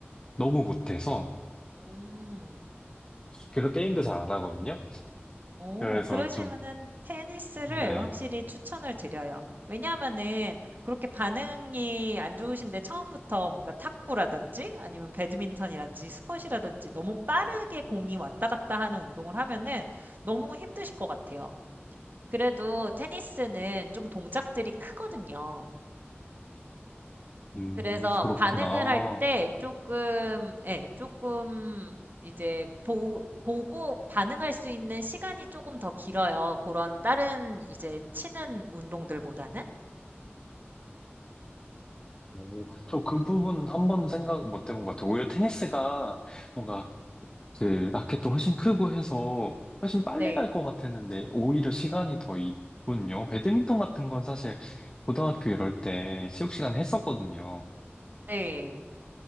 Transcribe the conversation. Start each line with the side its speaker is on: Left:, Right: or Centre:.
Left: 너무 못해서
Right: 음.
Left: 그래서 게임도 잘 안 하거든요.
Right: 오
Left: 그래서
Right: 그러시면은
Left: 좀,
Right: 테니스를
Left: 네.
Right: 확실히 추천을 드려요. 왜냐하면은 그렇게 반응이 안 좋으신데 처음부터 뭔가 탁구라든지 아니면 배드민턴이라든지 스쿼시라든지 너무 빠르게 공이 왔다 갔다 하는 운동을 하면은 너무 힘드실 것 같아요. 그래도 테니스는 좀 동작들이 크거든요.
Left: 음,
Right: 그래서
Left: 그렇구나.
Right: 반응을 할 때 조금, 예, 조금 이제 보, 보고 반응할 수 있는 시간이 조금 더 길어요. 그런 다른 이제 치는 운동들보다는.
Left: 오, 저그 부분은 한 번도 생각 못 해본 것 같아요. 오히려 테니스가 뭔가 그 라켓도 훨씬 크고 해서 훨씬 빨리
Right: 네,
Left: 갈 것 같았는데 오히려 시간이 더 있군요. 배드민턴 같은 건 사실 고등학교 이럴 때 체육 시간에 했었거든요.
Right: 네.